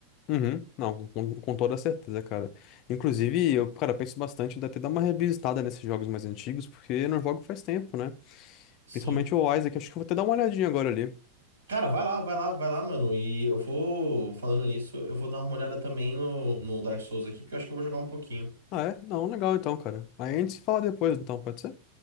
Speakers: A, on the left; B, on the right.
A: Uhum, não, com, com toda certeza, cara. Inclusive, eu, cara, penso bastante em até dar uma revisitada nesses jogos mais antigos, porque eu não jogo faz tempo, né?
B: Sim.
A: Principalmente o Isaac, acho que eu vou até dar uma olhadinha agora ali.
B: Cara, vai lá, vai lá, vai lá, mano. E eu vou, falando nisso, eu vou dar uma olhada também no, no Dark Souls aqui, porque eu acho que eu vou jogar um pouquinho.
A: Ah, é? Não, legal então, cara. Aí a gente se fala depois, então, pode ser?